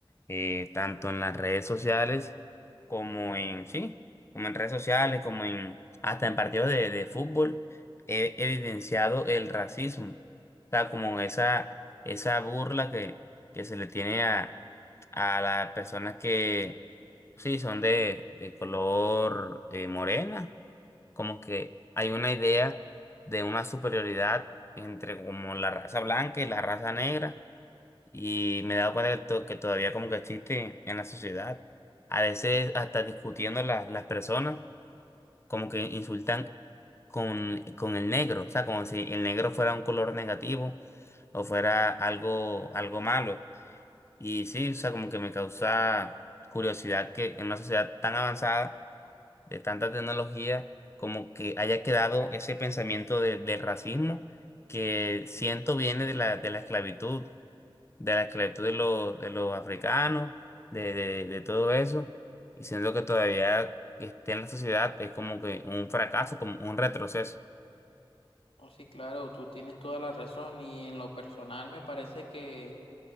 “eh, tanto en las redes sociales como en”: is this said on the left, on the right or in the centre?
Left